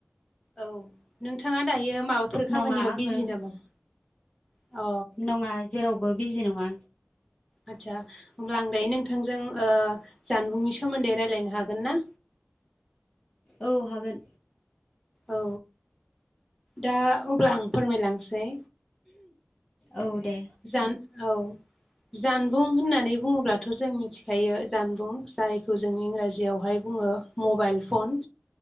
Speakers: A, in the centre; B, on the left (about 20°).
A: औ नोंथाङा दायो माबाफोर खामानियाव
B: नङा आङो
A: बिजि नामा अ
B: नङा जेरावबो बिजि नङा
A: आदसा होमब्ला आं दायो नोंथांजों जानबुंनि सोमोन्दै रायज्लायनो हागोन ना
B: औ हागोन
A: औ दा अब्ला आं फोरमायलांसै
B: औ दे
A: जान औ जानबुं होननानै बुङोब्लाथ' जों मिथिखायो जानबुं जायखौ जों इंराजियावहाय बुङो मबाइल फन